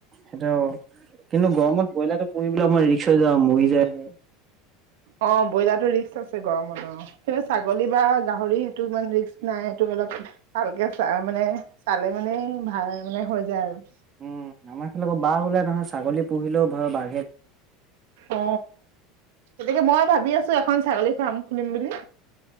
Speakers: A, on the right; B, on the right.
A: সেইটো কিন্তু গৰমত ব্ৰইলাৰটো পুহি পাই আমাৰ ৰিক্স হৈ যা মৰি যায়। উম।
B: অ ব্ৰইলাৰটো ৰিক্স আছে, গৰমত অ সেইনে
A: উম,
B: ছাগলী
A: উম,
B: বা গাহৰি সেইটো ইমান ৰিস্ক নাই সেইটো অলপ, ভালকে চা মানে চালে মানে ভাল মানে হৈ যায় আৰু।
A: উম আমাৰ এইফালে আকৌ বাঘ ওলাই নহয়, ছাগলী পুহিলেও হয় বা
B: অ, গতিকে মই ভাবি আছো এখন ছাগলী ফাৰ্ম খুলিম বুলি।